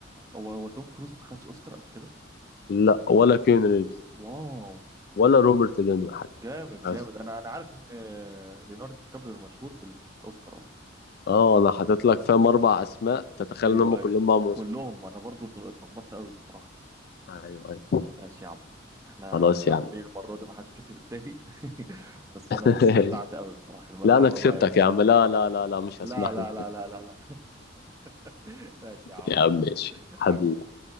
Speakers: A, on the right; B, on the left.
A: هو هو توم كروز ما خدش اوسكار قبل كده
B: لا ولا كيون ريفز
A: واو
B: ولا روبرت دينوي حتى
A: جامد
B: بس
A: جامد انا انا عارف ان ليوناردو دي كابريو مشهور بالاوسكار اصلا
B: اه انا حاطط لك فاهم اربع اسماء تتخيل
A: ايوه
B: ان هم كلهم
A: ايوه
B: معاهم اوسكار
A: كلهم
B: اصلا
A: انا برضو اتلخبطت قوي بصراحه
B: ايوه ايوه
A: ماشي يا عم احنا
B: خلاص
A: متعادلين
B: يا عم
A: المره دي ما حدش كسب التاني <laughs> بس
B: <laughs>
A: انا استمتعت قوي بصراحه لما
B: لا
A: نلعبها
B: انا كسبتك
A: بقى مره
B: يا عم
A: تانيه
B: لا لا لا لا مش
A: لا
B: هسمح
A: لا
B: لك أنا
A: لا
B: كسبتك.
A: لا لا لا <laughs> ماشي يا عم
B: يا عم
A: حبيبي
B: ماشي حبيبي
A: حبيبي